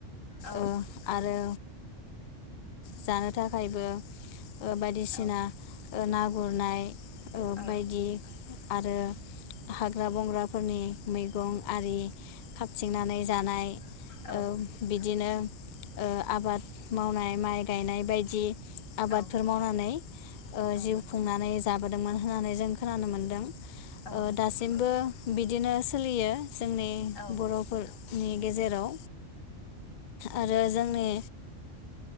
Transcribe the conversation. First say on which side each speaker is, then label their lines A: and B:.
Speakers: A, on the left; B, on the left.
A: औ
B: ओ आरो जानो थाखायबो ओ बायदिसिना
A: औ
B: ओ ना गुरनाय
A: औ
B: बायदि आरो हाग्रा बंग्रा फोरनि मैगं आरि खाथिंनानै जानाय
A: औ
B: ओ बिदिनो ओ आबाद मावनाय माइ गायनाय बायदि आबादफोर
A: औ
B: मावनानै ओ
A: औ
B: जिउ
A: नंगौ
B: खुंनानै जाबो होन्नानै जों खोनानो मोनदों ओ
A: औ नंगौ
B: दासिमबो
A: नंगौ
B: बिदि नो सोलियो। जोंनि
A: औ
B: बर'फोर नि गेजेराव आरो जोंनि